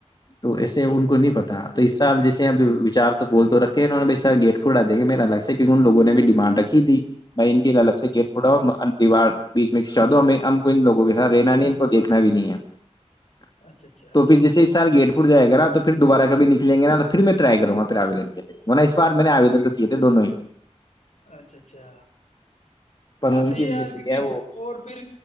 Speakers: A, on the left; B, on the left.
A: تو ایسے ان کو نہیں پتا تو اس سال جیسے اپچار <unintelligible> تو بول تو رکھے ہیں انوں ب سار گٹ پ اڑایں گے میراگ ہے کیونک انوگ نے بھی ڈمڈ رکھے دی میں ان کی الگ سے گیٹ پھڑاؤ دیوار بیچ میں شادو ہم ہم کو ان لوگوں کے ساتھ رینانی ان کو دیکنا بھی نہیں ہے <unintelligible>
B: ہے اچھا اچھا
A: تو پھر جیسے سار گیٹ <unintelligible> جائے گا نا تو پھر دوبارہ کب نکلیں گے نا تو پھر میں ٹرائی کروں گا پھر آون کے لیےہ اس بار میں نے آودن تو کیے تھے دونوں ہی <unintelligible>
B: اچھا اچھا
A: پر
B: ہاں
A: ان
B: صحیح
A: کی
B: ہے
A: وجہ
B: یار
A: سے
B: کیونکہ
A: کیا ہے وہ
B: اور پھر